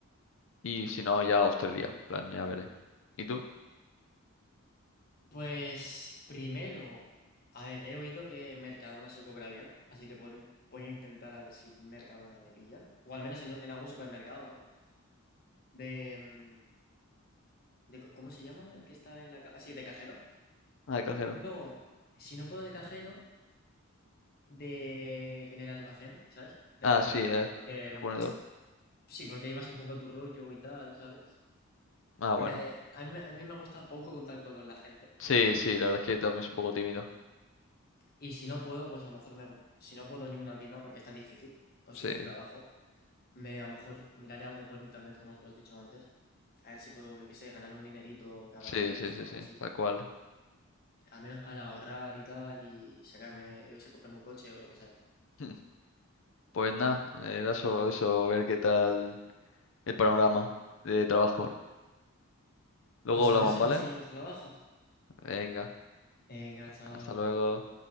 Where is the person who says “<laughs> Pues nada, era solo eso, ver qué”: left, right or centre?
Left